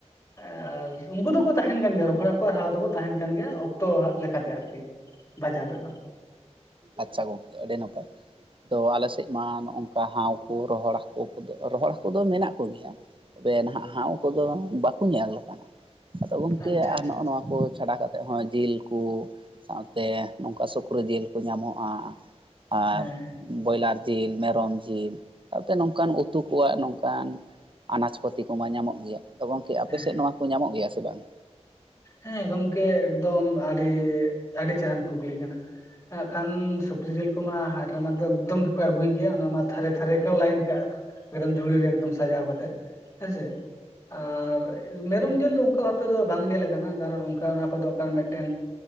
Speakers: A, on the left; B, on the right.
A: ᱟᱨ ᱩᱱᱠᱩ ᱫᱚᱠᱚ ᱛᱟᱦᱮᱱ ᱠᱟᱱ ᱜᱮᱭᱟ ᱨᱚᱦᱚᱲ ᱦᱟᱠᱩ ᱟᱨ ᱦᱟᱣ ᱫᱚᱠᱚ ᱛᱟᱦᱮᱱ ᱠᱟᱱ ᱜᱮᱭᱟ ᱚᱠᱛᱚ ᱞᱮᱠᱟᱛᱮ ᱟᱨᱠᱤ ᱵᱟᱡᱟᱨ ᱨᱮᱫᱚ
B: ᱟᱪᱪᱷᱟ ᱜᱚᱢᱠᱮ ᱟᱹᱰᱤ ᱱᱟᱯᱟᱭ ᱛᱚ ᱟᱞᱮ ᱥᱮᱫ ᱢᱟ ᱱᱚᱜ ᱱᱚᱝᱠᱟ ᱦᱟᱣ ᱠᱚ ᱨᱚᱦᱚᱲ ᱦᱟᱹᱠᱩ ᱨᱚᱦᱚᱲ ᱦᱟᱹᱠᱩ ᱫᱚ ᱢᱮᱱᱟᱜ ᱠᱚᱜᱮᱭᱟ ᱛᱚᱵᱮ ᱱᱟᱦᱟᱜ ᱦᱟᱣ ᱠᱚᱫᱚ ᱵᱟᱠᱚ ᱧᱮᱞᱠᱟᱱᱟ ᱟᱫᱚ ᱜᱚᱢᱠᱮ
A: ᱟᱪᱪᱷᱟ
B: ᱟᱨ
A: ᱟᱪᱪᱷᱟ
B: ᱱᱚᱜᱼᱚ
A: ᱟᱪᱪᱷᱟ
B: ᱱᱚᱣᱟ ᱠᱚ ᱪᱷᱟᱰᱟ ᱠᱟᱛᱮ ᱦᱚᱸ ᱡᱤᱞ ᱠᱚ ᱥᱟᱶᱛᱮ ᱱᱚᱝᱠᱟ ᱥᱩᱠᱨᱤ ᱯᱩᱨᱟᱹ ᱡᱤᱞ ᱠᱚ ᱧᱟᱢᱚᱜᱼᱟ ᱟᱨ
A: ᱦᱮᱸ
B: ᱵᱚᱭᱞᱟᱨ ᱡᱤᱞ ᱢᱮᱨᱚᱢ ᱡᱤᱞ ᱟᱫᱚ ᱱᱚᱝᱠᱟᱱ ᱩᱛᱩ ᱠᱚᱣᱟᱜ ᱱᱚᱝᱠᱟᱱ ᱟᱱᱟᱡ ᱯᱟᱹᱛᱤ ᱠᱚ ᱢᱟ ᱧᱟᱢᱚᱜ ᱜᱮᱭᱟ ᱟᱫᱚ ᱜᱚᱝᱠᱮ ᱟᱯᱮᱮᱥᱮᱫ
A: ᱦᱮᱸ
B: ᱱᱚᱣᱟ ᱠᱚ ᱧᱟᱢᱚᱜ ᱜᱮᱭᱟ ᱥᱮ ᱵᱟᱝ?
A: ᱦᱮᱸ ᱜᱚᱢᱠᱮ ᱮᱠᱫᱚᱢ ᱟᱹᱰᱤ ᱟᱹᱰᱤ ᱪᱮᱦᱨᱟᱱ ᱠᱩᱠᱞᱤ ᱠᱟᱱᱟ᱾ ᱦᱟᱸᱜ ᱠᱷᱟᱱ ᱥᱩᱠᱨᱤ ᱡᱤᱞ ᱠᱚᱢᱟ ᱦᱟᱴ ᱨᱮᱢᱟ ᱮᱠᱫᱚᱢ ᱜᱮᱠᱚ ᱟᱹᱜᱩᱭ ᱜᱮᱭᱟ ᱚᱱᱟ ᱢᱟ ᱛᱷᱷᱟᱨᱮ ᱛᱷᱟᱨᱮ ᱠᱚ ᱞᱟᱭᱤᱱ ᱠᱟᱜᱼᱟ᱾ ᱯᱩᱨᱟᱹᱢ <unintelligible> ᱡᱷᱩᱲᱤ ᱨᱮ ᱮᱠᱫᱚᱢ ᱥᱟᱡᱟᱣ ᱠᱟᱛᱮᱮᱫ ᱦᱮᱸᱥᱮ? ᱟᱨ ᱢᱮᱨᱚᱢ ᱡᱤᱞ ᱫᱚ ᱚᱱᱠᱟ ᱵᱷᱟᱵ ᱛᱮᱫᱚ ᱵᱟᱝ ᱧᱮᱞ ᱟᱠᱟᱱᱟ ᱠᱟᱨᱚᱱ ᱚᱱᱠᱟ ᱚᱱᱟ ᱠᱚᱫᱚᱠᱟᱨ ᱢᱮᱫᱴᱮᱱ